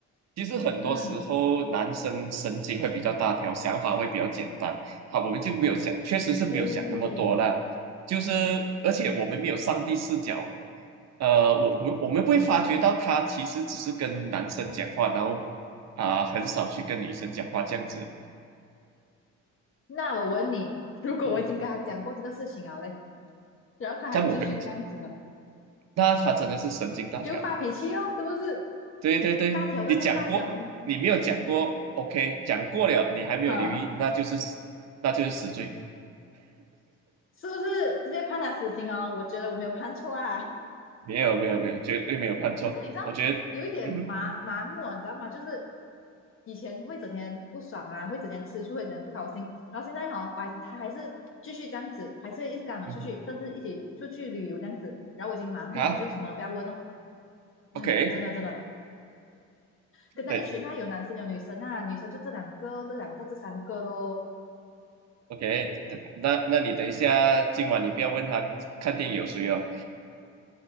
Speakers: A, on the right; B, on the left.
A: 其实很多时候，
B: 嗯，
A: 男生神经会比较大条，想法会比较简单。好，我们就没有想，确实是没有想那么多啦。
B: 诶。
A: 就是，而且我们没有上帝视角，呃，我我们我们不会发觉到他其实只是跟男生讲话，然后啊、很少去跟女生讲话这样子。
B: 那我问你，<laughs> 如果我已经跟他讲过这个事情了嘞，
A: 嗯
B: 然后他还继续这样子呢，
A: 但我会，那他真的是神经大条。
B: 就发脾气哦，是不是？
A: 对对对，
B: 大条都这样大条，
A: 你讲过，你没有讲过，OK，讲过了，你还没有留意，
B: <laughs> 啊，
A: 那就是那就是死罪。
B: 是不是直接判他死刑哦？我觉得我没有判错啊。<laughs>
A: 没有没有没有，绝对没有判错。
B: 可是你知道，
A: 我觉得，
B: 有一点麻麻木啊，
A: 嗯哼，
B: 你知道吗？就是以前会整天不爽啊，会整天吃醋，会整天不高兴，然后现在哈、哦我还他还是继续这样子，还是一直跟他们出去，
A: 嗯
B: 甚至一起出去旅游这样子。然后我已经麻木了，
A: 哼，啊
B: 我就什么都不要问哦。嗯，
A: ，OK，
B: 真的真的，跟在一群啊，
A: 对
B: 有男生有女生啊，女生就这两个、这两个、这三个咯。
A: ，OK，等等，那那你等一下，今晚你不要问他看电影有谁哦。